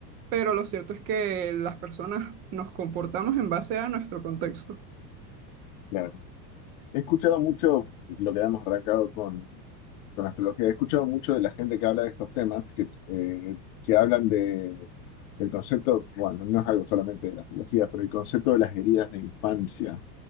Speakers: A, on the right; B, on the left.
A: pero lo cierto es que las personas nos comportamos en base a nuestro contexto.
B: claro. He escuchado mucho lo que habíamos arrancado con, con astrología. He escuchado mucho de la gente que habla de estos temas, que, eh, que hablan de, El concepto, bueno, no es algo solamente de la astrología, pero el concepto de las heridas de infancia.